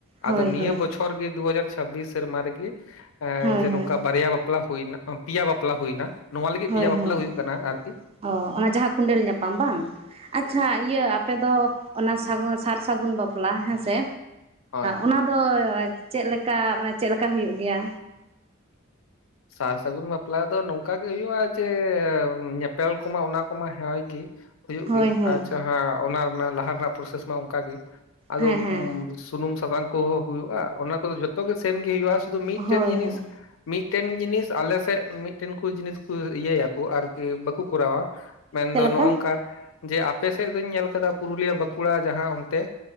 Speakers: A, on the right; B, on the left.
A: ᱦᱳᱭ
B: ᱟᱫᱚ ᱱᱤᱭᱟᱹ
A: ᱦᱳᱭ
B: ᱵᱚᱪᱷᱚᱨ ᱜᱮ ᱫᱩ ᱦᱟᱡᱟᱨ ᱪᱷᱟᱵᱵᱤᱥ ᱥᱮᱨᱢᱟ ᱨᱮᱜᱮ ᱮᱸ
A: ᱦᱳᱭ
B: ᱡᱮ
A: ᱦᱳᱭ
B: ᱱᱚᱝᱠᱟ ᱵᱟᱨᱭᱟ ᱵᱟᱯᱞᱟ ᱦᱩᱭ ᱮᱱᱟ ᱯᱮᱭᱟ ᱵᱟᱯᱞᱟ ᱦᱩᱭᱱᱟ ᱱᱚᱣᱟ ᱞᱟᱹᱜᱤᱫ
A: ᱦᱳᱭ
B: ᱯᱮᱭᱟ ᱵᱟᱯᱞᱟ
A: ᱦᱳᱭ
B: ᱦᱩᱭᱩᱜ ᱠᱟᱱᱟ ᱟᱨᱠᱤ
A: ᱚ ᱚᱱᱟ ᱡᱟᱦᱟ ᱠᱚᱸᱰᱮᱞ ᱧᱟᱸᱯᱟᱢ ᱵᱟᱝ ᱟᱪᱪᱷᱟ ᱤᱭᱟᱹ ᱟᱯᱮ ᱫᱚ ᱚᱱᱟ ᱥᱟᱨ ᱥᱟᱹᱜᱩᱱ ᱵᱟᱯᱞᱟ ᱦᱮᱸ ᱥᱮ
B: ᱦᱳᱭ
A: ᱚᱱᱟ ᱫᱚ ᱪᱮᱫ ᱞᱮᱠᱟ ᱢᱟᱱᱮ ᱪᱮᱫ ᱞᱮᱠᱟ ᱦᱳᱭᱳᱜ ᱜᱮᱭᱟ?
B: ᱥᱟᱨ ᱥᱟᱹᱜᱩᱱ ᱵᱟᱯᱞᱟ ᱫᱚ ᱱᱚᱝᱠᱟ ᱜᱮ ᱦᱳᱭᱳᱜᱼᱟ ᱡᱮ ᱧᱮᱯᱮᱞ ᱠᱚᱢᱟ ᱚᱱᱟ ᱠᱚᱢᱟ ᱦᱮᱸ ᱜᱮ ᱦᱳᱭᱳᱜ
A: ᱦᱳᱭ
B: ᱜᱮ
A: ᱦᱳᱭ
B: ᱟᱨ ᱡᱟᱦᱟᱸ ᱚᱱᱟ ᱨᱮᱱᱟᱜ ᱞᱟᱦᱟ ᱨᱮᱱᱟᱜ ᱯᱨᱚᱥᱮᱥ ᱢᱟ ᱚᱝᱠᱟᱜᱮ ᱟᱫᱚ
A: ᱦᱮᱸ ᱦᱮᱸ
B: ᱥᱩᱱᱩᱢ ᱥᱟᱥᱟᱝ ᱠᱚ ᱦᱳᱭᱳᱜᱼᱟ ᱚᱱᱟ ᱠᱚᱫᱚ ᱡᱚᱛᱚ ᱜᱮ ᱥᱮᱢ ᱜᱮ ᱦᱩᱭᱩᱜᱼᱟ <unintelligible> ᱢᱤᱫᱴᱮᱱ
A: ᱦᱳᱭ
B: ᱡᱤᱱᱤᱥ
A: ᱦᱳᱭ
B: ᱢᱤᱫᱴᱮᱱ ᱡᱤᱱᱤᱥ ᱟᱞᱮ ᱥᱮᱜ ᱢᱤᱫᱴᱮᱱ ᱠᱚ ᱡᱤᱱᱤᱥ ᱠᱚ ᱤᱭᱟᱹᱭᱟᱠᱚ ᱟᱨᱠᱤ ᱵᱟᱠᱚ ᱠᱚᱨᱟᱣᱟ ᱢᱮᱱᱫᱚ
A: ᱪᱮᱫ ᱞᱮᱠᱟ
B: ᱱᱚᱜᱚ ᱱᱚᱝᱠᱟ ᱡᱮ ᱟᱯᱮ ᱥᱮᱫ ᱫᱚᱧ ᱧᱮᱞ ᱠᱟᱫᱟ ᱯᱩᱨᱩᱞᱤᱭᱟ ᱵᱟᱠᱩᱲᱟ ᱡᱟᱦᱟᱸ ᱚᱱᱛᱮ